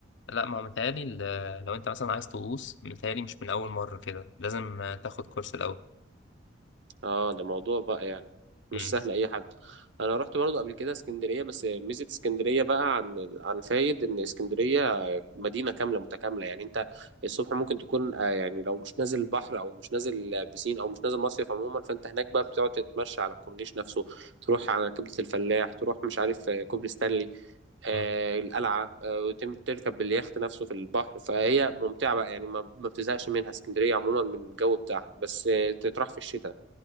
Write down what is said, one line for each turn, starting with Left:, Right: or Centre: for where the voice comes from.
Left: لا ما هو متهيألي ال- لو انت مثلا عايز تغوص متهيألي مش من أول مرة كده لازم آه، تاخد كورس الأول
Right: اه ده موضوع بقى يعني مش
Left: مم.
Right: سهل اي حد انا رحت برضو قبل كده اسكندريه بس ميزه اسكندريه بقى عن عن فايد ان اسكندريه مدينه كامله متكامله يعني انت الصبح ممكن تكون آه، يعني لو مش نازل بحر او مش نازل آه، بسين او مش نازل مصيف عموما فانت هناك بقى بتقعد تتمشى على الكورنيش نفسه تروح على كبده الفلاح تروح مش عارف آه، كوبري ستانلي آه
Left: مم.
Right: القلعه آه وتم- تركب اليخت نفسه في البحر فهي ممتعه بقى يعني ما ما بتزهقش منها اسكندريه عموما من الجو بتاعها بس آه، تتراح في الشتاء